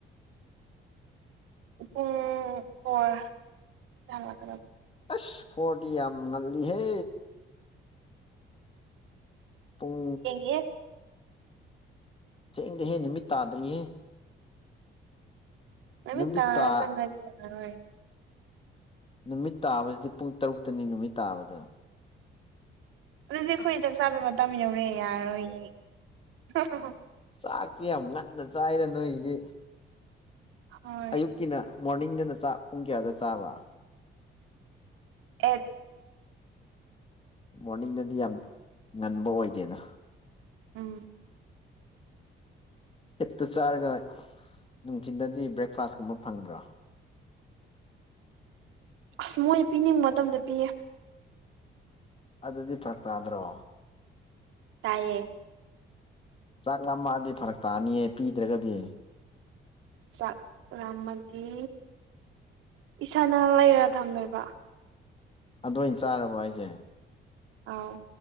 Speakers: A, on the right; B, on the left.
A: ꯎ ꯄꯨꯡ ꯐꯣꯔ ꯇ ꯍꯜꯂꯛꯀꯗꯕ
B: ꯑꯦꯁ ꯐꯣꯔꯇꯤ ꯌꯥꯝ ꯉꯜꯗꯤꯍꯦ ꯄꯨꯡ
A: ꯌꯦꯉꯦ
B: ꯁꯦꯡꯗꯤꯍꯦ ꯅꯨꯃꯤꯠ ꯇꯥꯗ꯭ꯔꯤꯍꯦ
A: ꯑꯃꯤ
B: ꯅꯨꯃꯤꯠ
A: ꯇꯥꯔꯥ
B: ꯇꯥ
A: ꯆꯥꯡꯒꯥꯗꯤ ꯌꯥꯅꯣꯏ
B: ꯅꯨꯃꯤꯠ ꯇꯥꯕꯁꯤꯗꯤ ꯄꯨꯡ ꯇꯔꯨꯛꯇꯅꯤ ꯅꯨꯃꯤꯠ ꯇꯥꯕꯗ
A: ꯑꯗꯨꯗꯤ ꯑꯩꯈꯣꯏ ꯆꯥꯛ ꯆꯥꯕꯩ ꯃꯇꯝ ꯌꯧꯔꯦ ꯌꯥꯔꯣꯏꯅꯦ ꯍꯨ- ꯍꯨ
B: ꯆꯥꯛꯁꯤꯦ ꯌꯥꯝ ꯉꯟꯅ ꯆꯥꯏꯗꯦ ꯅꯣꯏꯁꯤꯗꯤ
A: ꯍꯣꯏ
B: ꯑꯌꯨꯛꯀꯤꯅ -ꯃꯣꯔꯅꯤꯡꯗꯅ ꯆꯥꯛ ꯄꯨꯡ ꯀꯌꯥꯗ ꯆꯥꯕ?
A: ꯑꯦ
B: ꯃꯣꯔꯅꯤꯡꯗꯗꯤ ꯌꯥꯝ ꯉꯟꯕ ꯑꯣꯏꯗꯦꯗ
A: ꯎꯝ
B: ꯑꯦꯠꯇ ꯆꯥꯔꯒ ꯅꯨꯡꯊꯤꯟꯗꯗꯤ ꯕ꯭ꯔꯦꯛꯐꯥꯁꯀꯨꯝꯕ ꯐꯪꯕ꯭ꯔꯣ
A: ꯑꯁ ꯃꯣꯏ ꯄꯤꯅꯤꯡꯕ ꯃꯇꯝꯗ ꯄꯤꯌꯦ
B: ꯑꯗꯨꯗꯤ ꯐꯔꯛ ꯇꯥꯗ꯭ꯔꯣ
A: ꯇꯥꯏꯌꯦ
B: ꯆꯥꯛ ꯂꯥꯝꯃꯛꯑꯗꯤ ꯐꯔꯛ ꯇꯥꯅꯤꯌꯦ ꯄꯤꯗ꯭ꯔꯒꯗꯤ
A: ꯆꯥꯛ ꯂꯥꯝꯃꯗꯤ ꯏꯁꯥꯅ ꯂꯩꯔ ꯊꯝꯃꯦꯕ
B: ꯑꯗꯨ ꯑꯣꯏꯅ ꯆꯥꯔꯕꯣ ꯍꯥꯏꯖꯦ
A: ꯑꯥꯎ